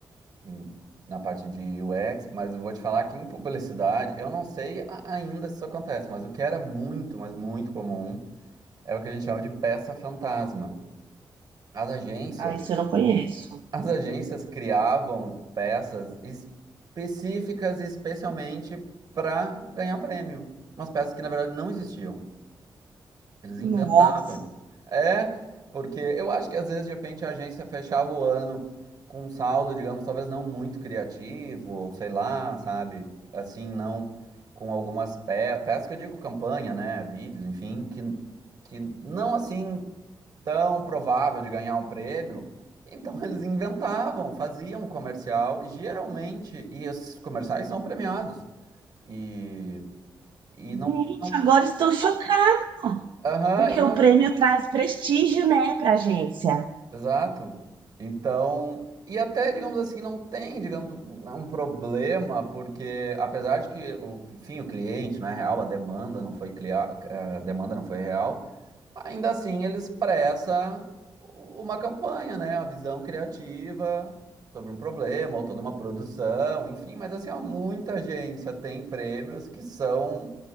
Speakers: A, on the right; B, on the right.
A: e na parte de UX, mas eu vou te falar que em publicidade, eu não sei a- ainda se isso acontece, mas o que era muito, mas muito comum, é o que a gente chama de peça fantasma. As agências,
B: Ah, isso eu não conheço.
A: as agências criavam peças específicas, especialmente para ganhar prêmio. Umas peças que, na verdade, não existiam. Eles
B: Nossa,
A: inventavam. É, porque eu acho que às vezes, de repente, a agência fechava o ano com um saldo, digamos, talvez não muito criativo, ou sei lá, sabe? Assim, não com algumas peças, peças que eu digo campanha, né? Vídeos, enfim, que, que não assim tão provável de ganhar um prêmio. Então <laughs> eles inventavam, faziam um comercial, e geralmente, e esses comerciais são premiados. E, e não,
B: gente,
A: não,
B: agora estou chocada.
A: aham,
B: Porque
A: e não
B: o prêmio traz prestígio, né, para a agência.
A: Exato. Então, e até, digamos assim, não tem, digamos, um problema, porque apesar de que, o, enfim, o cliente não é real, a demanda não foi clia- eh, a demanda não foi real, ainda assim ele expressa uma campanha, né? a visão criativa sobre um problema, ou toda uma produção, enfim, mas assim, ó, muita agência tem prêmios que são